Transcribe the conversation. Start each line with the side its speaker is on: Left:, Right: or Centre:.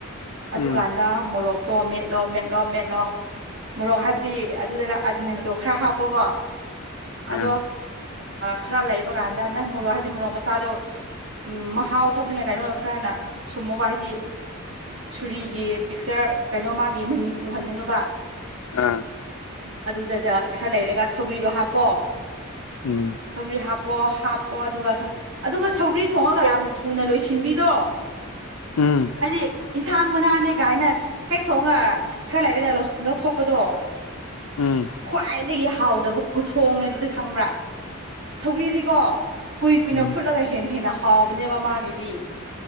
Right: ꯑꯗꯨꯀꯥꯟꯗ
Left: ꯎꯝ
Right: ꯃꯣꯔꯣꯛ ꯇꯣ ꯃꯦꯠꯂꯣ ꯃꯦꯠꯂꯣ ꯃꯦꯠꯂꯣ ꯃꯣꯔꯣꯛ ꯍꯥꯏꯕꯗꯤ ꯑꯗꯨꯗꯒ ꯑꯥꯖꯤꯅꯤ ꯃꯇꯣꯛ ꯈꯔ ꯍꯥꯞꯄꯣꯀꯣ
Left: ꯑꯥ
Right: ꯑꯗꯣ ꯈꯔ ꯂꯩꯕ ꯀꯥꯟꯗ ꯅꯪ ꯃꯣꯔꯣꯛ ꯍꯥꯏꯕꯗꯤ ꯃꯣꯔꯣꯛ ꯃꯆꯥꯗꯣ ꯎꯝ ꯃꯍꯥꯎ ꯊꯣꯛꯅꯤꯡꯉꯦ ꯀꯩꯅꯣ ꯈꯔꯅ ꯁꯨꯝꯃꯨꯕ ꯍꯥꯏꯗꯤ ꯁꯨꯔꯤꯒꯤ ꯄꯤꯛꯆꯔ ꯀꯩꯅꯣ ꯃꯥꯒꯤ ꯃꯃꯤꯗꯨ ꯎꯍꯟꯒꯅꯨꯕ
Left: ꯑꯥ
Right: ꯑꯗꯨꯗ ꯈꯔ ꯂꯩꯔꯒ ꯁꯧꯒ꯭ꯔꯤꯗꯣ ꯍꯥꯞꯄꯣ
Left: ꯎꯝ
Right: ꯁꯧꯒꯔꯤ ꯍꯥꯞꯄꯣ ꯍꯥꯞꯄꯣ ꯑꯗꯨꯒ ꯑꯗꯨꯒ ꯁꯧꯒꯔꯤ ꯊꯣꯡꯉꯒ ꯌꯥꯝꯅ ꯊꯨꯅ ꯂꯣꯏꯁꯤꯟꯕꯤꯗꯣ
Left: ꯎꯝ
Right: ꯍꯥꯏꯗꯤ ꯊꯥꯡ ꯃꯅꯥꯅꯦ ꯀꯥꯏꯅ ꯍꯦꯛ ꯊꯣꯡꯉ ꯈꯔ ꯂꯩꯔ ꯂꯧꯊꯣꯛꯄꯗꯣ
Left: ꯎꯝ
Right: ꯈ꯭ꯋꯥꯏꯗꯒꯤ ꯍꯥꯎꯗꯕ ꯈꯨꯊꯣꯡꯅꯦ ꯑꯗꯨꯗꯤ ꯈꯪꯕ꯭ꯔꯥ ꯁꯧꯔꯤꯗꯤꯀꯣ ꯀꯨꯏ ꯀꯨꯏꯅ
Left: ꯎꯝ
Right: ꯐꯨꯠꯂꯒ ꯍꯦꯟꯅ ꯍꯦꯟꯅ ꯍꯥꯎꯕꯅꯦꯕ ꯃꯥꯒꯤꯗꯤ